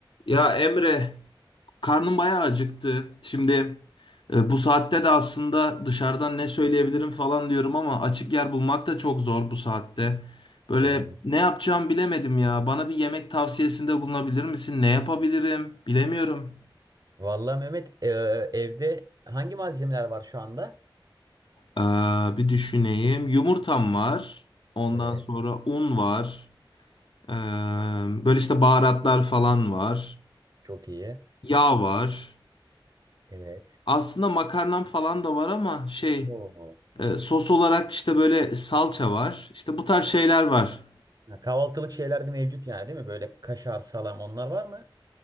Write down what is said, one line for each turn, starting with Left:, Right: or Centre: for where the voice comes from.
Left: Ya Emre, karnım bayağı acıktı. Şimdi e, bu saatte de aslında dışarıdan ne söyleyebilirim falan diyorum ama açık yer bulmak da çok zor bu saatte. Böyle
Right: Doğru.
Left: ne yapacağımı bilemedim ya. Bana bir yemek tavsiyesinde bulunabilir misin? Ne yapabilirim? Bilemiyorum.
Right: Vallahi Mehmet eee, evde hangi malzemeler var şu anda?
Left: Ee, bir düşüneyim. Yumurtam var. Ondan
Right: Evet.
Left: sonra un var. Ee, böyle işte baharatlar falan var.
Right: Çok iyi.
Left: Yağ var.
Right: Evet.
Left: Aslında makarnam falan da var ama şey.
Right: Oo.
Left: E, sos olarak işte böyle salça var. İşte bu tarz şeyler var.
Right: Ha, kahvaltılık şeyler de mevcut yani değil mi? Böyle kaşar, salam onlar var mı?